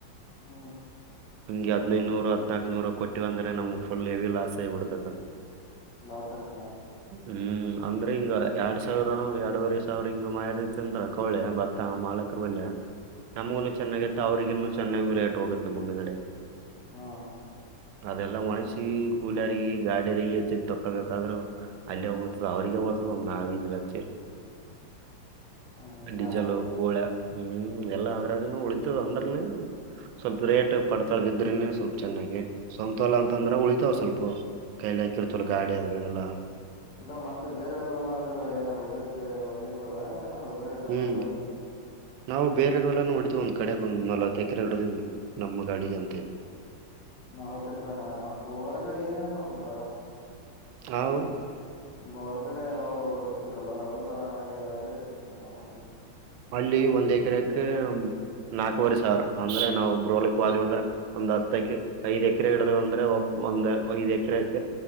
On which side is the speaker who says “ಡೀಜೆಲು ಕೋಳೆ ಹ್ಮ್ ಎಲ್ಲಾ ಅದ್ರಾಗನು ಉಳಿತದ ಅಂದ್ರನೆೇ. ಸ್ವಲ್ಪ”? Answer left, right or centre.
Right